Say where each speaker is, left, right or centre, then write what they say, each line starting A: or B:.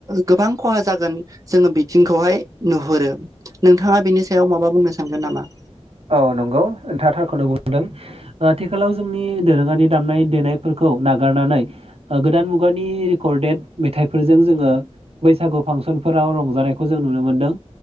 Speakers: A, on the right; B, on the right.
A: गोबां खहा जागोन जोङो बिथिंखौहाय नुहुरो नोंथाङा बेनि सायाव माबा बुंनो सानगोन नामा?
B: औ नंगौ नोंथांआ थारखौनो बुंदों आथिखालाव जोंनि दोरोङारि दामनाय देनायफोरखौ नागारनानै ओ गोदान मुगानि रेकर्डेड मेथाइफोरजों जोङो बैसागु फांसनफोराव रंजानायखौ जों नुनो मोनदों